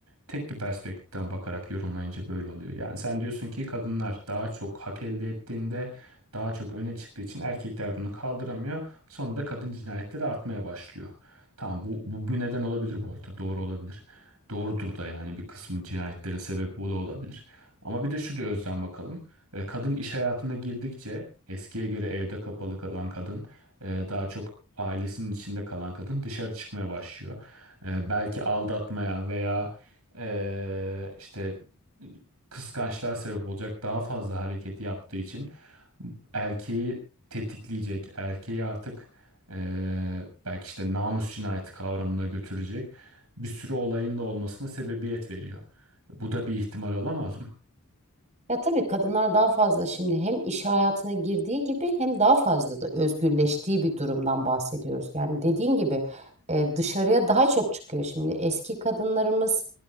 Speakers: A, on the right (about 80°); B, on the right (about 30°).
A: Tek bir perspektiften bakarak yorumlayınca böyle oluyor. Yani sen diyorsun ki kadınlar daha çok hak elde ettiğinde daha çok öne çıktığı için erkekler bunu kaldıramıyor. Sonunda kadın cinayetleri artmaya başlıyor. Tamam bu, bu bir neden olabilir bu arada. Doğru olabilir. Doğrudur da yani bir kısmı cinayetlerin sebebi bu da olabilir. Ama bir de şu da özden bakalım. E, Kadın iş hayatına girdikçe eskiye göre evde kapalı kalan kadın ee, daha çok ailesinin içinde kalan kadın dışarı çıkmaya başlıyor. Ee, belki aldatmaya veya ee, işte kıskançlığa sebep olacak daha fazla hareketi yaptığı için erkeği tetikleyecek, erkeği artık ee, belki işte namus cinayeti kavramına götürecek bir sürü olayın da olmasına sebebiyet veriyor. Bu da bir ihtimal olamaz mı?
B: Ya tabii kadınlar daha fazla şimdi hem iş hayatına girdiği gibi hem daha fazla da özgürleştiği bir durumdan bahsediyoruz. Yani dediğin gibi e, dışarıya daha çok çıkıyor şimdi. Eski kadınlarımız